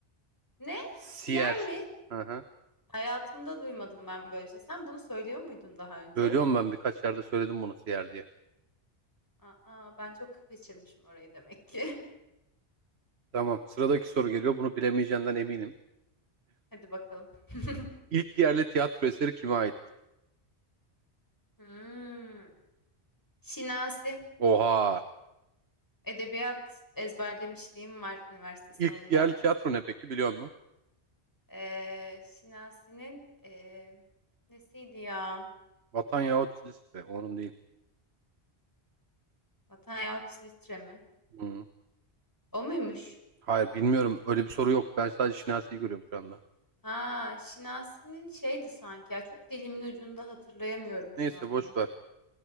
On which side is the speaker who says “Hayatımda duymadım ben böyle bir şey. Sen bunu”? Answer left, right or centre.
Left